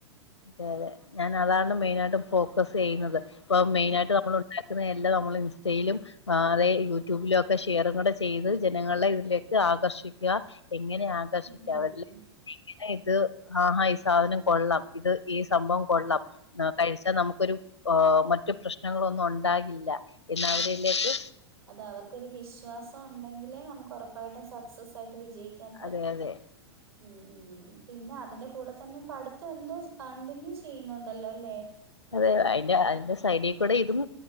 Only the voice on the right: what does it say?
ഉം
ഉം ഉം
അത അവർക്കൊരു വിശ്വാസ ഉ ണ്ടെങ്കിലേ നമുക്ക് ഒറപ്പായിട്ടും സക്സസ് ആയിട്ട് വിജയി ക്കാൻ പറ്റു
ഉം, ഉം പിന്നെ അതിന്റെ കൂടെ തന്നെ പഠിത്തം എന്തോ കണ്ടിന്യൂ ചെയ്യുന്നുണ്ടല്ലോ. ല്ലേ